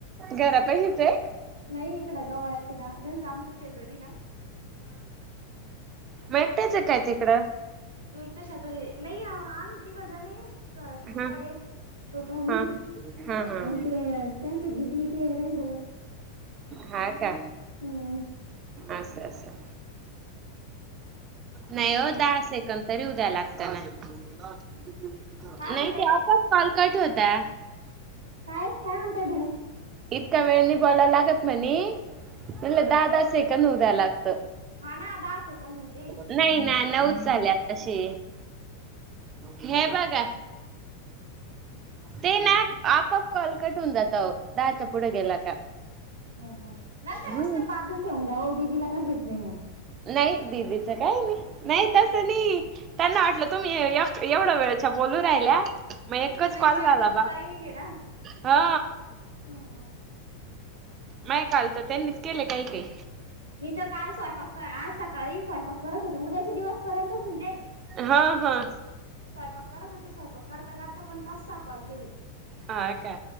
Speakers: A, on the right; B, on the right.
A: घरा पाशीचं ये
B: नाई इकड गव्हाळ ते ना त्याचा आमचा शेजरी ना
A: म एकट्यायचं काय तिकडं
B: त शेतात ये नई आम्ही तिघ जण ये स्वराचे पप्पा
A: हा
B: ये. छोटू हू
A: हा हा हा
B: आणि ते त्यांच दिदी ते रही ग
A: हा का
B: हम्म
A: असं असं
B: चालू
A: नाही हो दहा सेकड तरी उद्या लाग नाही
B: काय म्हणते
A: ते आपस कालकट होता
B: काय काय म्हणताय तू
A: त्या वेळेनी बोलायला लागत म्हणे म्हणलं दहा दहा सेकड उऊ द्या लागत
B: हा ना दहा सेकंद आहे ते
A: नाही नाही नऊच ले तशी हे बघा
B: <inaudible>
A: ते ना आपआप कॉल कटवून जात दहाच्या पुढे गेला का
B: ह नंतर
A: हम्म
B: उचलून बाजूलां ठेवून द्या वो दिदीला का घेत नाही म
A: नाही दिदीच काही नाही नाई तसं नाई त्यांना वाटलं तुम्हीएव एवढ्या वेळच्या बो बोलू राहिल्या मग एकच
B: नाही
A: कॉल
B: ना
A: झाला
B: त्याचा
A: बा
B: टायमिंग आहे
A: हा
B: ना
A: माये काल त त्यांनीच केले काही काही
B: मी तर काल स्वयंपाक आज सकाळी स्वयंपाक करत होते उद्याच्या दिवस पर्यंतच हेन ते
A: हा हा
B: स्वयंपाक करत होते. स्वयंपाक करता करता पण पाच सहा कॉल केले.
A: हा का